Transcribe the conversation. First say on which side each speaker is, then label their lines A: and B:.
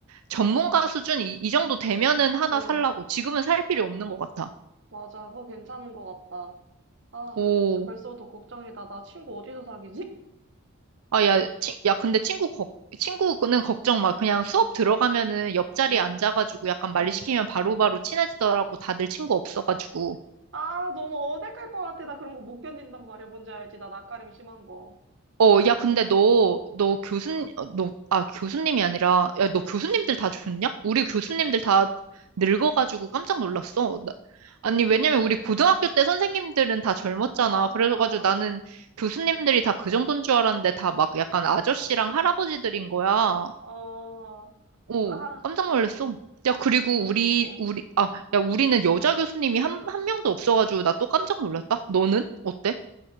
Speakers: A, on the right (about 90°); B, on the right (about 55°).
A: 전문가 수준 이, 이 정도 되면은 하나
B: 응,
A: 살라고. 지금은 살 필요 없는 것 같아.
B: 맞아. 그거 괜찮은 것 같다. 아,
A: 오,
B: 진짜 벌써부터 걱정이다. 나 친구 어디서 사귀지? <laughs>
A: 아, 야, 친, 야, 근데 친구, 걱, 친구는 걱정 마. 그냥 수업 들어가면은 옆자리에
B: 응,
A: 앉아가지고 약간 말리시키면
B: 응.
A: 바로바로 친해지더라고. 다들 친구 없어가지고.
B: 아, 너무 어색할 것 같아. 나 그런 거 못 견딘단 말이야. 뭔지 알지? 나 낯가림 심한 거.
A: 어, 야, 근데 너, 너 교수님, 어, 너, 아, 교수님이 아니라, 야, 너
B: 응.
A: 교수님들 다 죽었냐? 우리 교수님들 다 늙어가지고 깜짝 놀랐어. 나- 아니, 왜냐면 우리 고등학교 때 선생님들은 다 젊었잖아.
B: 어,
A: 그래가지고
B: 어,
A: 나는 교수님들이 다 그 정도인 줄 알았는데 다 막 약간 아저씨랑 할아버지들인 거야.
B: 어.
A: 오,
B: 아,
A: 깜짝 놀랐어. 야, 그리고 우리,
B: 응, 응.
A: 우리, 아, 야, 우리는 여자 교수님이 한, 한 명도 없어가지고 나 또 깜짝 놀랐다. 너는? 어때?